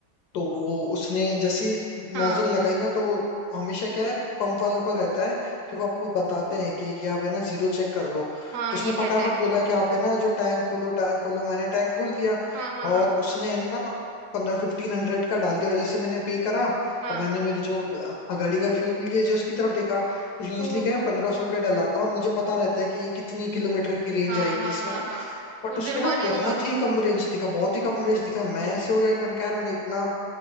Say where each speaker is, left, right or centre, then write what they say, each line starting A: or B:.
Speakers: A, on the left; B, on the right.
A: तो वो उसने जैसी
B: हाँ
A: नोजल लगाई ना तो हमेशा क्या है पंप वालों को रहता है कि वो आपको बताते हैं कि ये आप है ना जीरो चेक कर लो
B: हाँ
A: तो उसने
B: ये कहते
A: फटाफट
B: हैं
A: बोला कि आप है ना जो टैंक खोलो टैंक खोलो मैंने टैंक खोल दिया
B: हाँ हाँ हाँ
A: और उसने है ना पंद्रह फिफ्टीन हंड्रेड का डाल दिया और जैसे ही मैंने पे करा
B: हाँ
A: और मैंने मेरी जो अ, गाड़ी का फ्यूल गेज है उसकी तरफ देखा तो यूजली
B: तो
A: क्या है पंद्रह सौ का ही डलाता हूँ और मुझे पता रहता है कि कितनी किलोमीटर की रेंज
B: हाँ
A: आएगी
B: हाँ
A: इसमें
B: हाँ हाँ
A: बट
B: उस
A: उसने
B: दिन हुआ
A: कहा
B: नहीं
A: बहुत
B: होगा
A: ही कम रेंज दिखा बहुत ही कम रेंज दिखा मैं ऐसे हो गया कि मैंने कहा यार मैंने इतना